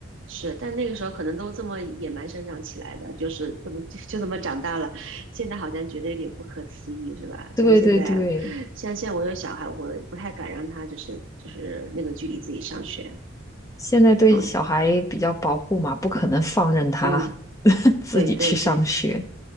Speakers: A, on the right; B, on the left.
A: 是，但那个时候可能都这么野蛮生长起来的，就是这么就就这么长大了。现在好像觉得有点不可思议，是吧？
B: 对对对，
A: 像现在，像现在我有小孩，我不太敢让他就是就是那个距离自己上学，
B: 现在对小孩比较保护嘛，
A: 懂？
B: 不可能放任他
A: 嗯，
B: <laughs> 自己去上学。
A: 对对对